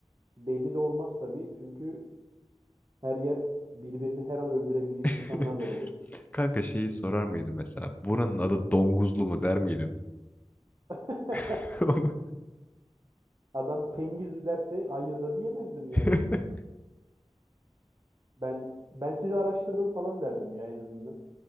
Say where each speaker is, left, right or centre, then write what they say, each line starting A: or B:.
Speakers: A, on the right; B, on the left.
A: belli de olmaz tabii. Çünkü her yer birbirini her an öldürebilecek
B: <laughs>
A: insanlarla dolu.
B: Kanka şeyi sorar mıydın mesela? Buranın adı Donguzlu mu der miydin?
A: <laughs>
B: <laughs> Onu-
A: Adam Tengizli derse hayır da diyemezdim yani.
B: <laughs>
A: Ben ben sizi araştırdım falan derdim ya en azından.